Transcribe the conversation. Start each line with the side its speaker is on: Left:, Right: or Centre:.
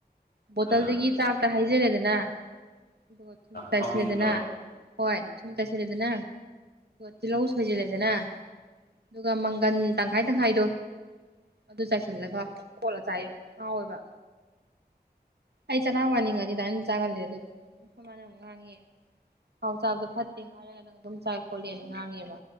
Right: ꯕꯣꯇꯜꯗꯒꯤ
Left: ꯑ
Right: ꯆꯥꯛ ꯍꯩꯖꯤꯜꯂꯦꯗꯅ ꯑꯗꯨ ꯒꯥ ꯊꯨꯝ ꯆꯥꯏꯁꯤꯜꯂꯦꯗꯅ
Left: ꯊꯥꯎ ꯍꯤꯡꯗꯣ
Right: ꯍꯣꯏ ꯊꯨꯝ ꯆꯥꯏꯁꯤꯜꯂꯦ ꯑꯗꯨꯒꯥ ꯇꯤꯜꯍꯧ ꯁꯣꯏꯖꯤꯜꯂꯦꯗꯅ ꯑꯗꯨꯒ ꯃꯪꯒꯟ ꯇꯪꯈꯥꯏ ꯇꯪꯈꯥꯏꯗꯣ ꯑꯗꯨ ꯆꯥꯏꯁꯤꯜꯂꯒ ꯀꯣꯠꯂ ꯆꯥꯏ ꯍꯥꯎꯋꯦꯕ ꯑꯩ ꯆꯔꯥ ꯋꯥꯅꯤꯡꯉꯗꯤ ꯑꯗꯥꯏꯅ ꯆꯥꯒꯜꯂꯦ ꯑꯗꯨꯅ ꯑꯩꯈꯣꯏ ꯃꯅꯥ ꯌꯥꯝ ꯉꯥꯡꯉꯦ ꯊꯥꯎ ꯆꯥꯕꯗꯣ ꯐꯠꯇꯦ ꯍꯥꯏꯔꯒ ꯅꯪ ꯑꯗꯨꯝ ꯆꯥꯏ ꯈꯣꯠꯂꯦꯅ ꯉꯥꯡꯉꯦꯕ